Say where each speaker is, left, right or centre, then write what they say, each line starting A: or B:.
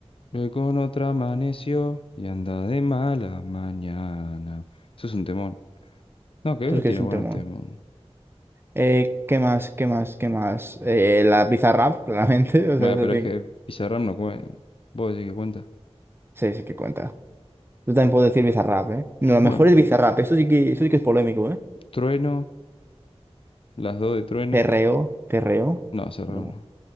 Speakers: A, on the left (about 55°); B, on the right (about 20°).
A: Eh, Con otra amaneció y anda de mala mañana. Eso es un temón. No, Quevedo
B: Tú es que
A: tiene
B: es
A: buenos
B: un temón.
A: temas.
B: Eh, ¿qué más? ¿Qué más? ¿Qué más? Eh, la Bizarrap, claramente. <laughs> O
A: Bueno,
B: sea, eso
A: pero
B: tiene-
A: es que Pizarram no cuenta. ¿Vos decís que cuenta?
B: Sí, sí que cuenta. Yo también puedo decir Bizarrap, ¿eh? No,
A: <laughs>
B: lo
A: Bueno.
B: mejor es Bizarrap. Eso sí que, eso sí que es polémico, ¿eh?
A: Trueno, las dos de Trueno.
B: Cerreo, cerreo.
A: No, Serrano
B: No,
A: no.